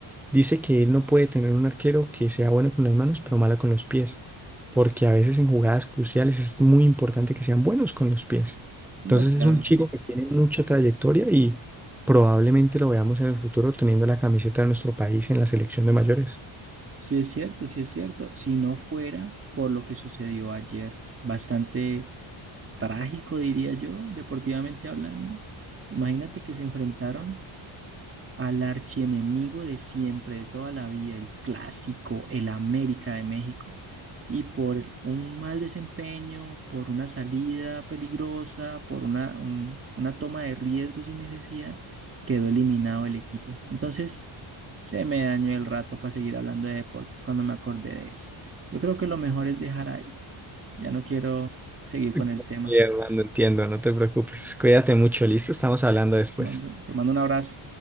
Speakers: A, in the centre; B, on the right.
A: Dice que él no puede tener un arquero que sea bueno con las manos, pero malo con los pies, porque a veces en jugadas cruciales es muy importante que sean buenos con los pies.
B: No,
A: Entonces
B: claro.
A: es un chico que tiene mucha trayectoria y probablemente lo veamos en el futuro teniendo la camiseta de nuestro país en la selección de mayores.
B: Sí es cierto, sí es cierto. Si no fuera por lo que sucedió ayer, bastante trágico, diría yo, deportivamente hablando. Imagínate que se enfrentaron al archienemigo de siempre, de toda la vida, el clásico, el América de México, y por un mal desempeño, por una salida peligrosa, por una, un- una toma de riesgo sin necesidad, quedó eliminado el equipo. Entonces, se me dañó el rato para seguir hablando de deportes cuando me acordé de eso. Yo creo que lo mejor es dejar ahí. Ya no quiero seguir
A: <laughs>
B: con el tema.
A: Bien, Armando, entiendo, no te preocupes. Cuídate mucho, listo, estamos hablando después.
B: Mando- te mando un abrazo.